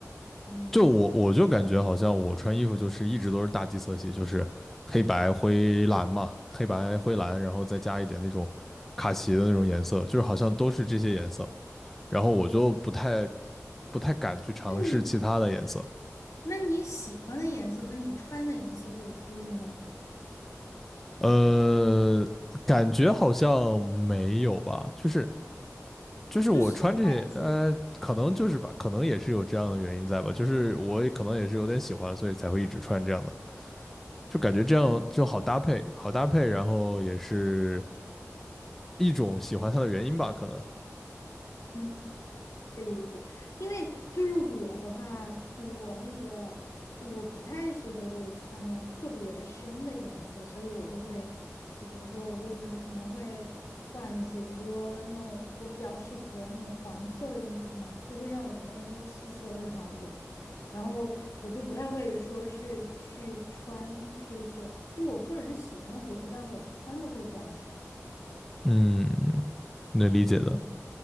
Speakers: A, on the left (about 80°); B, in the centre.
A: 嗯，
B: 就我我就感觉好像我穿衣服就是一直都是大地色系，就是黑白灰蓝嘛，黑白灰蓝，然后再加一点那种卡其的那种颜色，就是好像都是这些颜色，然后我就不太不太敢去尝试其他的颜色，
A: 那你那你喜欢的颜色和你穿的颜色会有出入吗？
B: 呃，感觉好像没有吧，就是就是我穿这些，
A: 你就喜欢大地色系，
B: 呃，可能就是吧，可能也是有这样的原因在吧，就是我也可能也是有点喜欢，所以才会一直穿这样的。就感觉这样就好搭配，
A: 嗯。
B: 好搭配，然后也是一种喜欢它的原因吧，可能。
A: 嗯。可以理解，因为就是我的话，我那个我不太适合就是穿那种特别深的颜色，所以我就会，就比如说我就是可能会换一些，就比如说那种我比较适合那种黄色的衣服嘛，就会让我整个人的气色会好一点。然后我就不太会说是去穿黑色，就我个人喜欢黑色，但是我穿的会比较少。
B: 嗯，能理解的。
A: 嗯